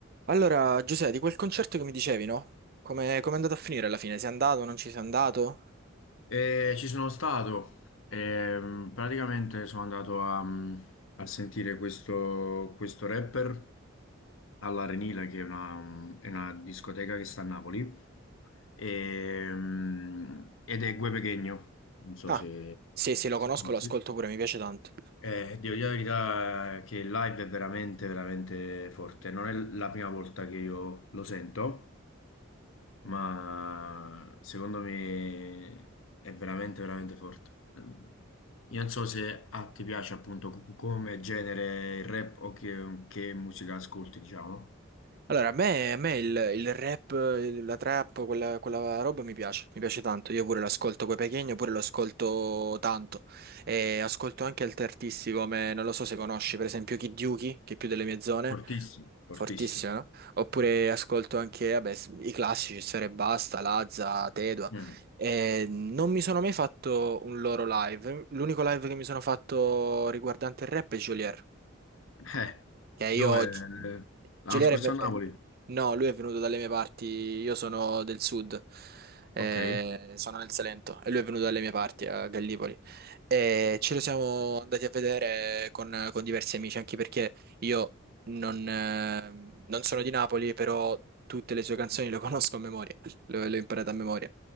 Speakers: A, on the right; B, on the left.
A: Allora, Giuseppe, di quel concerto che mi dicevi, no? Come, come è andato a finire alla fine? Sei andato, non ci sei andato?
B: E ci sono stato, ehm, praticamente sono andato a, mm, a sentire questo, questo rapper all'Arenile, che è una, è una discoteca che sta a Napoli, ehm, ed è Gue Pequeno, non so
A: Ah,
B: se,
A: sì, sì, lo
B: se
A: conosco,
B: conosci.
A: lo ascolto pure, mi piace tanto.
B: Eh, devo dire la verità che il live è veramente, veramente forte. Non è la prima volta che io lo sento, ma secondo me è veramente, veramente forte. Mm, Io non so se a te piace appunto co- come genere il rap o che, che musica ascolti, diciamo.
A: Allora, a me, a me il, il rap, eh, la trap, quella, quella roba mi piace, mi piace tanto. Io pure l'ascolto coi pechegno, pure lo ascolto tanto. E ascolto anche altri artisti come, non lo so se conosci, per esempio Kid Yuki, che è più delle mie zone,
B: Fortissimo, fortissimo.
A: fortissimo, no? Oppure ascolto anche, vabbè, s- i classici, Sfera e Basta, Lazza, Tedua.
B: Mm.
A: E non mi sono mai fatto un loro live. L'unico live che mi sono fatto riguardante il rap è Geolier.
B: Eh,
A: Che io...
B: dove?
A: Gi-
B: L'anno
A: Giuliano
B: scorso
A: è... ve-
B: a Napoli?
A: eh, No, lui è venuto dalle mie parti, io sono del sud, eh,
B: Ok.
A: sono nel Salento e lui è venuto dalle mie parti a Gallipoli. E ce lo siamo andati a vedere con, con diversi amici, anche perché io non, eh, non sono di Napoli, però tutte le sue canzoni le conosco a memoria, le le ho imparate a memoria.